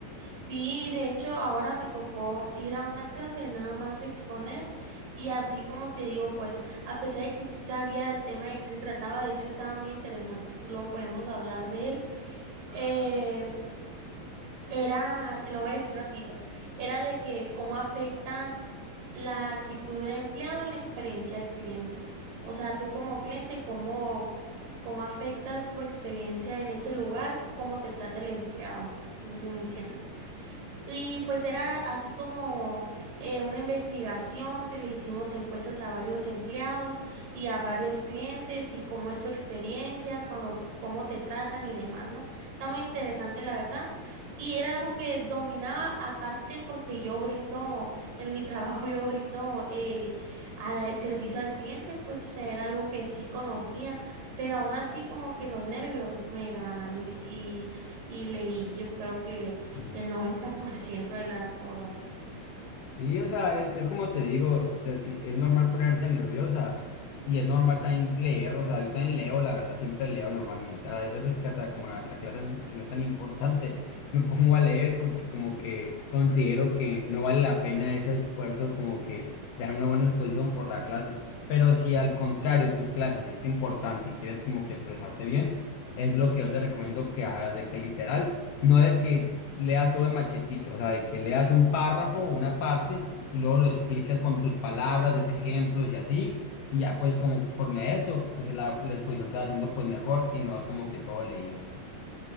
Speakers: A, on the right; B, on the left.
A: Sí, de hecho ahora me tocó ir a una clase de nada más exponer y así como te digo, pues a pesar de que sí sabía el tema de qué se trataba, de hecho estaba muy interesante, pues luego podemos hablar de él. Eh, era, te lo voy a decir rapidito, era de que cómo afecta la actitud del empleado en la experiencia del cliente. O sea, tú como cliente, ¿cómo, cómo afecta tu experiencia en ese lugar, cómo te trata el empleado? No sé si me entiendas. Y pues era así como eh, una investigación que le hicimos encuestas a varios empleados y a varios clientes y cómo es su experiencia, cuando, cómo te tratan y demás, ¿no? Está muy interesante, la verdad. Y era algo que dominaba, aparte porque yo brindo, en mi <laughs> trabajo yo brindo eh, a- servicio al cliente, pues o sea, era algo que sí conocía, pero aún así como que los nervios me ganan y, y, y leí, yo creo que
B: Ujú.
A: el 90% de las cosas.
B: Y, o sea, es, es como te digo, te- sí, es normal ponerse nerviosa y es normal también leer, o sea, yo también leo, la verdad, siempre leo normalmente. Hay veces que hasta como la, la clase que no es tan importante, <laughs> me pongo a leer porque como que considero que no vale la pena ese esfuerzo como que de dar una buena exposición por la clase. Pero si al contrario tu clase sí es importante y quieres como que expresarte bien, es lo que yo te recomiendo que hagas de que literal, no de que leas todo de machetito, o sea, de que leas un párrafo o una parte y luego lo explicas con tus palabras, des ejemplos y así, y ya pues conforme a eso, pues la, la exposición se va haciendo pues mejor y no es como que todo leído.